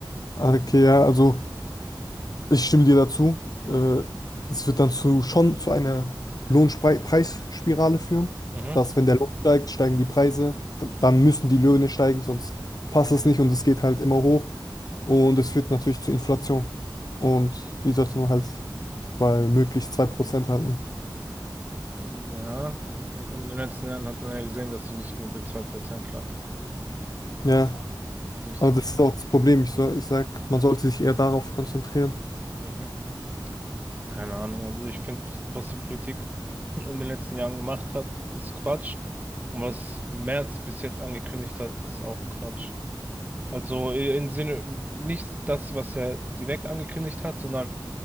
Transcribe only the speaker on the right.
Also,
Mhm.
Mhm.
Ja, und in den letzten Jahren hat man ja gesehen, dass sie nicht nur bei 2% lag.
Durch
die
Politik.
Mhm. Ja, Keine Ahnung. Also ich finde, was die Politik in den letzten Jahren gemacht hat, ist Quatsch. Und was Merz bis jetzt angekündigt hat, ist auch Quatsch. Also i- im Sinne, nicht das, was er direkt angekündigt hat, sondern